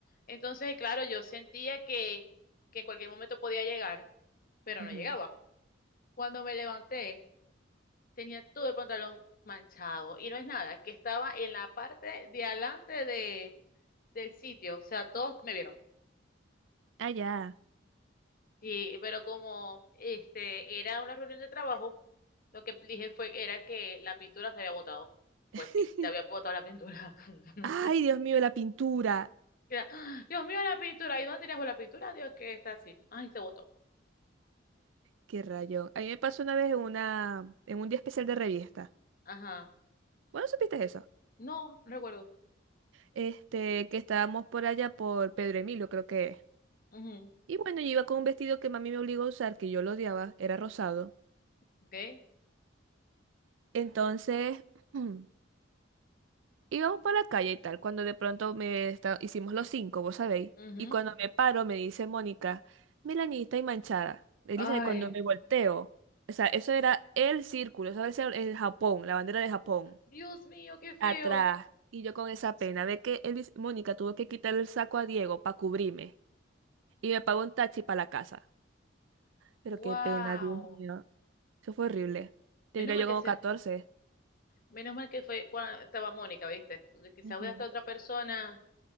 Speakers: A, on the left; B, on the right.
A: Entonces, claro, yo sentía que, que en cualquier momento podía llegar, pero
B: Ujú.
A: no llegaba. Cuando me levanté, tenía todo el pantalón manchado y no es nada, que estaba en la parte de adelante de, del sitio, o sea, todos me vieron
B: Ah, ya.
A: Sí, pero como este era una reunión de trabajo, lo que dije fue que era que la pintura se había botado. Pues
B: <laughs>
A: sí, se había botado la pintura. <laughs>
B: Ay, Dios mío, la pintura.
A: Era, ¡ah! Dios mío, la pintura. ¿Y dónde tenías vos la pintura? Dios, que está así. Ay, se botó.
B: Qué rayo. A mí me pasó una vez en una, en un día especial de revista.
A: Ajá.
B: Bueno, supiste eso?
A: No, no recuerdo.
B: Este, que estábamos por allá por Pedro Emilio, creo que es.
A: Ujú.
B: Y bueno, yo iba con un vestido que mami me obligó a usar, que yo lo odiaba, era rosado.
A: ¿Ok?
B: Entonces, <clears throat> mm, íbamos por la calle y tal, cuando de pronto me esta- hicimos los cinco, vos sabéis.
A: Ujú.
B: Y cuando me paro, me dice Mónica, Melanie, y manchada. Elisa,
A: Ay,
B: y cuando me volteo, o sea, eso era el círculo, eso era el Japón, la bandera de Japón,
A: Dios mío, qué feo.
B: atrás. Y yo con esa pena de que Elis- Mónica tuvo que quitar el saco a Diego para cubrirme. Y me pagó un taxi para la casa. Pero
A: Wow.
B: qué pena, Dios mío. Eso fue horrible. Tendría
A: Menos mal
B: yo
A: que
B: como
A: se,
B: catorce
A: menos mal que fue cuando estaba Mónica, ¿viste? Porque quizás
B: Ujú.
A: hubiera estado otra persona,